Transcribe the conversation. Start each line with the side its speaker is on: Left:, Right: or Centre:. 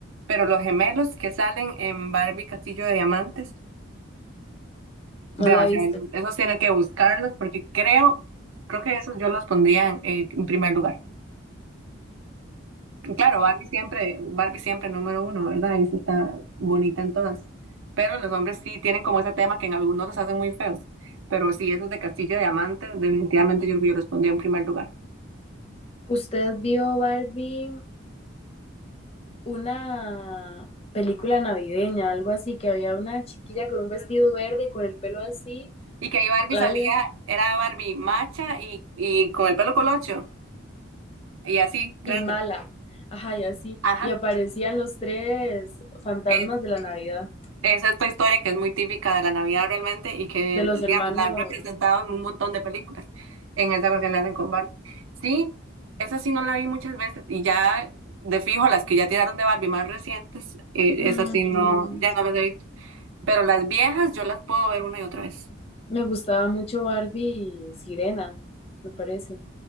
Right: pero los gemelos que salen en Barbie Castillo de Diamantes.
Left: no
Right: Demasiado,
Left: la he visto.
Right: esos tiene que buscarlos porque creo, creo que esos yo los pondría en, eh, en primer lugar. Y Claro, Barbie siempre, Barbie siempre número uno, ¿verdad? Ahí sí está bonita en todas. Pero los hombres sí tienen como ese tema que en algunos los hacen muy feos. Pero sí, esos de Castillo de Diamantes, definitivamente yo creo que yo los pondría en primer lugar.
Left: ¿Usted vio Barbie una película navideña, algo así, que había una chiquilla con un vestido verde, con el pelo así,
Right: Y que ahí Barbie
Left: la
Right: salía,
Left: vio?
Right: era Barbie macha y, y con el pelo colocho y así, grande.
Left: y Mala. Ajá, y así.
Right: Ajá.
Left: Y aparecían los tres fantasmas
Right: Es,
Left: de la Navidad,
Right: es esta historia que es muy típica de la Navidad realmente y que,
Left: de los hermanos.
Right: digamos, la han representado en un montón de películas. En esa ocasión la hacen con Barbie. Sí, esa sí no la vi muchas veces y ya de fijo las que ya tiraron de Barbie más recientes, eh,
Left: Mm,
Right: esas sí no, ya no las he visto. Pero las viejas yo las puedo ver una y otra vez.
Left: Me gustaba mucho Barbie y Sirena, me parece.